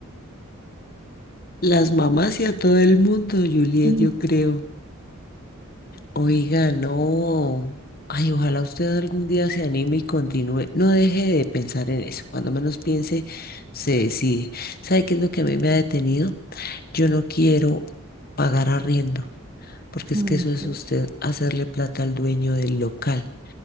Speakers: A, on the left; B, on the right.
A: Las mamás y a todo el mundo, Juliet,
B: Sí,
A: yo creo. Oiga, no. Ay, ojalá usted algún día se anime y continúe. No deje de pensar en eso. Cuando menos piense, se decide. ¿Sabe qué es lo que a mí me ha detenido? Yo no quiero pagar arriendo, porque
B: mm,
A: es que eso es
B: sí,
A: usted hacerle plata al dueño del local.